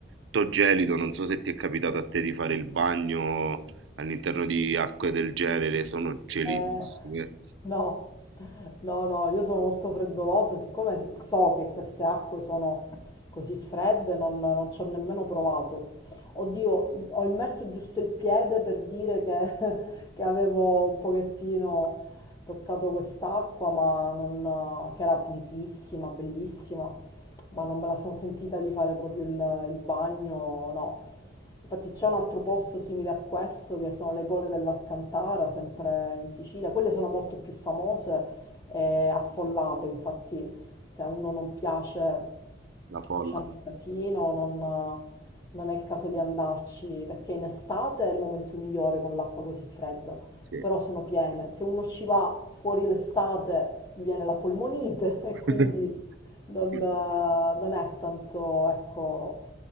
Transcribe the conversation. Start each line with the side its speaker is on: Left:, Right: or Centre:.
Right: Tutto gelido, non so se ti è capitato a te di fare il bagno all'interno di acque del genere, sono gelidissime,
Left: Eh, no. No, no, io sono molto freddolosa, siccome so che queste acque sono così fredde, non, non ci ho nemmeno provato. Oddio, ho immerso giusto il piede per dire che, <laughs> che avevo un pochettino toccato quest'acqua, ma non, che era pulitissima, bellissima, ma non me la sono sentita di fare proprio il, il bagno, no. Infatti c'è un altro posto simile a questo che sono le gole dell'Alcantara, sempre in Sicilia. Quelle sono molto più famose e affollate, infatti se a uno non piace,
Right: la folla.
Left: diciamo, il casino, non, non è il caso di andarci, perché in estate è il momento migliore con l'acqua così fredda,
Right: Sì.
Left: però sono piene. Se uno ci va fuori l'estate gli viene la polmonite <laughs> e
Right: <laughs>
Left: quindi non,
Right: Sì,
Left: eh, non è tanto, ecco,